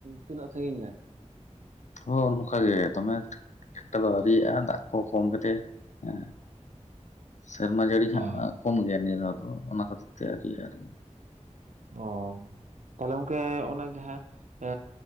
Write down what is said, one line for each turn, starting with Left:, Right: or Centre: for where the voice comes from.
Right: ᱛᱤᱱᱟᱹᱜ ᱥᱟᱺᱜᱤᱧ ᱱᱟ᱾
Left: ᱦ ᱱᱚᱝᱠᱟ ᱜᱮ, ᱫᱚᱢᱮ ᱮᱠᱴᱟ ᱫᱚ ᱟᱹᱣᱨᱤᱭᱟᱜᱼᱟ, ᱫᱟᱜ ᱠᱚ ᱠᱚᱢ ᱠᱟᱛᱮ ᱦᱮᱸ᱾ ᱥᱮᱨᱢᱟ ᱡᱟᱹᱲᱤ ᱦᱟᱸᱜ
Right: ᱚ
Left: ᱠᱚᱢ ᱜᱮᱭᱟ ᱱᱤᱭᱟᱹ ᱫ ᱫᱚ᱾ ᱚᱱᱟ ᱠᱷᱟᱹᱛᱤᱨ ᱛᱮ ᱟᱹᱨᱤ ᱟᱨᱠᱤ᱾
Right: ᱚ ᱛᱟᱦᱞᱮ ᱜᱚᱝᱠᱮ ᱚᱱᱟ ᱡᱟᱦᱟᱸ ᱮ